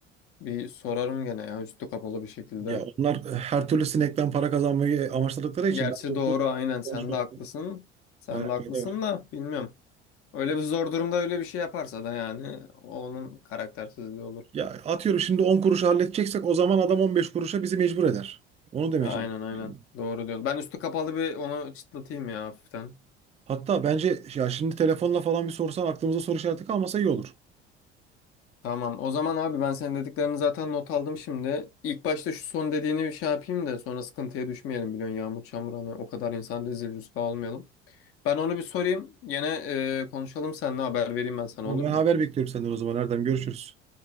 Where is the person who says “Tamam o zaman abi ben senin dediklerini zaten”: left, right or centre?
Left